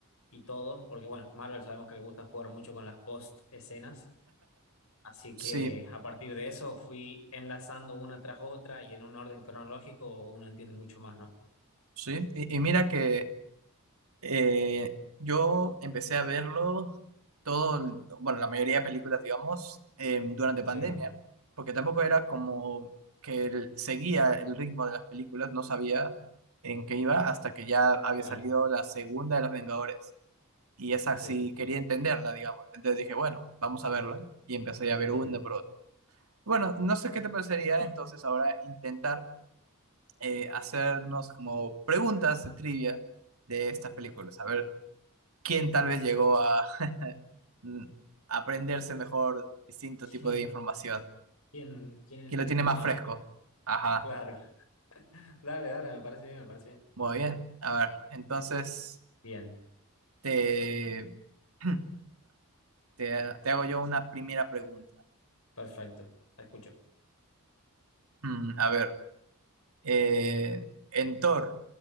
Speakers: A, on the left; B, on the right.
A: y todo, porque bueno, Marvel sabemos que le gusta jugar mucho con las post escenas, así
B: Sí,
A: que a partir de eso fui enlazando una tras otra y en un orden cronológico uno entiende mucho más, ¿no?
B: sí. Y, y mira que eh, yo empecé a verlo todo, el- bueno, la mayoría de películas, digamos, eh, durante
A: Sí,
B: pandemia, porque tampoco era como que el- seguía el ritmo de las películas, no sabía en qué iba hasta que ya había
A: claro,
B: salido la segunda de Los Vengadores. Y esa
A: sí,
B: sí
A: sí,
B: quería entenderla, digamos. Entonces dije, bueno, vamos a verla. Y empecé a ver
A: sí.
B: una por otra. Bueno, no sé qué te parecería entonces ahora intentar eh, hacernos como preguntas de trivia de estas películas, a ver quién tal vez llegó a mm, aprenderse mejor distinto
A: ¿Quién,
B: tipo de información,
A: quién, quién entendió
B: quién lo tiene más
A: más?
B: fresco. Ajá,
A: Claro. Dale, dale, me parece bien, me parece bien.
B: muy bien. A ver, entonces
A: Bien,
B: te, <clears throat> te, te hago yo una primera pregunta.
A: perfecto. La escucho.
B: Mm, a ver, eh, en Thor,